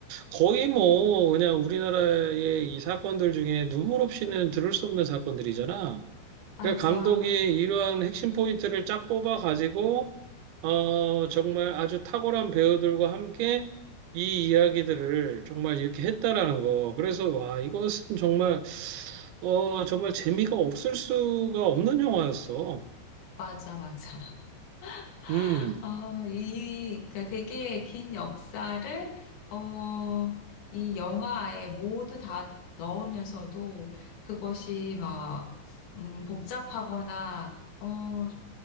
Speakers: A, on the right; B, on the left.
A: 거의 뭐, 그냥 우리나라의 이 사건들 중에 눈물 없이는 들을 수 없는 사건들이잖아.
B: 맞아,
A: 그러니까 감독이 이러한 핵심 포인트를 쫙 뽑아가지고, 어, 정말 아주 탁월한 배우들과 함께 이 이야기들을 정말 이렇게 했다라는 거. 그래서, 와, 이것은 정말, 어, 정말 재미가 없을 수가 없는 영화였어.
B: 맞아, 맞아.
A: 음,
B: <laughs> 어, 이, 그러니까 되게 긴 역사를, 어, 이 영화에 모두 다 넣으면서도 그것이 막, 음, 복잡하거나, 어,